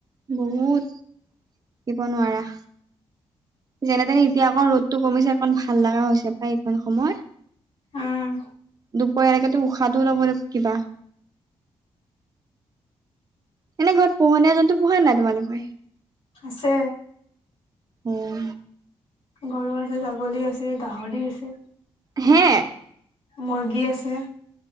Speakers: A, on the right (about 40°); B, on the left (about 80°).
A: বহুত, থাকিব নোৱাৰা। যেনে তেনে এতিয়া অকণ ৰ'দতটো কমিছে, অকণ ভাল লগা হৈছে প্ৰায় এইকণ সময়।
B: আহ।
A: দুপৰীয়াৰ লৈকেতো উশাহটো লবলে কিবা। এনে ঘৰত পোহনীয়া জন্তু পোহে নাই, তোমালোকে?
B: আছে।
A: উম।
B: গৰু আছে, ছাগলী আছে, গাহৰি আছে।
A: হে।
B: মুৰ্গী আছে।